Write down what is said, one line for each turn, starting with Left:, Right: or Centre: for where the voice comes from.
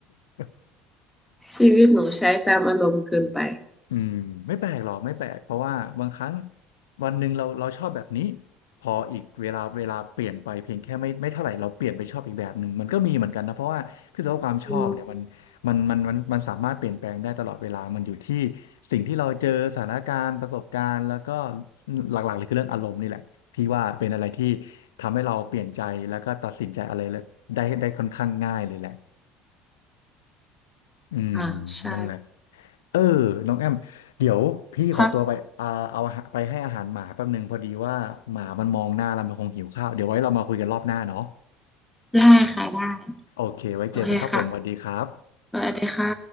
Left: <laughs>
Centre: <laughs> ชีวิตหนูใช้ตามอารมณ์เกินไป
Left: อืมไม่แปลกหรอกไม่แปลกเพราะว่าบางครั้งวันหนึ่งเราเราชอบแบบนี้พออีกเวลาเวลาเปลี่ยนไปเพียงแค่ไม่ไม่เท่าไหร่เราเปลี่ยนไปชอบอีกแบบหนึ่งมันก็มีเหมือนกันนะเพราะว่าคือตัวความชอบเนี่ยมันมันมันมันมันสามารถเปลี่ยนแปลงได้ตลอดเวลามันอยู่ที่
Centre: อืม
Left: สิ่งที่เราเจอสถานการณ์ประสบการณ์แล้วก็หลักๆเลยคือเรื่องอารมณ์นี่แหละพี่ว่าเป็นอะไรที่ทำให้เราเปลี่ยนใจแล้วก็ตัดสินใจอะไรได้ได้ค่อนข้างง่ายเลยแหละ อืม
Centre: อ่าใช่
Left: นั่นแหละเออน้องแอมเดี๋ยวพี่ขอตัวไปอ่าเอาอาหารไปให้อาหารหมาแป๊บนึงพอดีว่าหมามันมองหน้าแล้วมันคงหิวข้าวเดี๋ยวไว้เรามาคุยกันรอบหน้าเนาะ
Centre: ครับได้ค่ะได้
Left: โอเคไว้เจอกันครับผมสวัสดีครับ
Centre: โอเคค่ะสวัสดีค่ะ